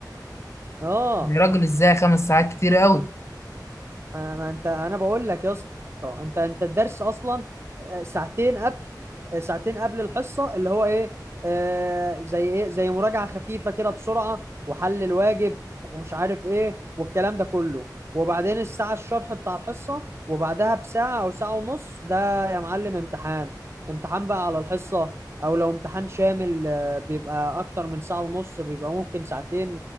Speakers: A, on the right; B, on the left.
A: اه
B: يا راجل ازاي خمس ساعات كتير قوي
A: ما ما انت انا بقول لك يا اسطى انت انت الدرس اصلا آه، ساعتين قبل آه، ساعتين قبل الحصه اللي هو ايه آه زي ايه زي مراجعه خفيفه كده بسرعه وحل الواجب ومش عارف ايه والكلام ده كله وبعدين الساعه الشرح بتاع الحصه وبعدها بساعه او ساعه ونص ده يا معلم امتحان امتحان بقى على الحصه او لو امتحان شامل آه، بيبقى اكتر من ساعه ونص بيبقى ممكن ساعتين